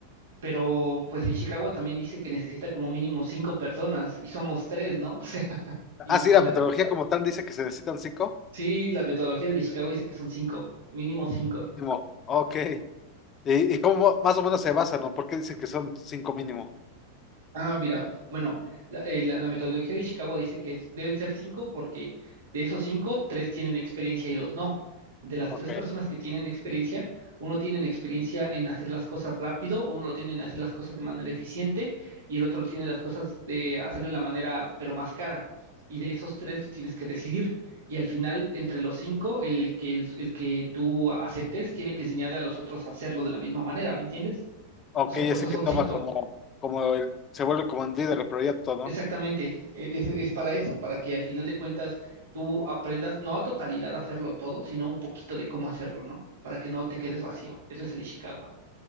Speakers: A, on the right (about 60°); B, on the left (about 25°).
A: Pero pues Ishikawa también dice que necesita como mínimo cinco personas y somos tres, ¿no? <laughs> O sea, imagínate.
B: Ah, sí, la metodología como tal dice que se necesitan cinco.
A: Sí, la metodología del Ishikawa dice que son cinco, mínimo cinco.
B: Como, ok. ¿Y, y cómo más o menos se basa, ¿no? ¿Por qué dicen que son cinco mínimo?
A: Ah, mira, p- bueno, la, eh, la- la metodología de Ishikawa dice que es- deben ser cinco porque de esos cinco, tres tienen experiencia y dos no. De las
B: Ok.
A: tres personas que tienen experiencia, uno tiene experiencia en hacer las cosas rápido, uno lo tiene en hacer las cosas de manera eficiente y el otro tiene las cosas de hacerlo en la manera pero más cara. Y de esos tres tú tienes que decidir. Y al final, entre los cinco, el que, el el que tú aceptes tiene que enseñarle a los otros a hacerlo de la misma manera, ¿me entiendes?
B: Ok,
A: O sea,
B: ese
A: por eso son
B: que toma
A: cinco.
B: como, como el, se vuelve como el líder del proyecto, ¿no?
A: Exactamente, e- es, es para eso, para que al final de cuentas tú aprendas no a totalidad a hacerlo todo, sino un poquito de cómo hacerlo, ¿no? Para que no te quedes vacío. Eso es el Ishikawa.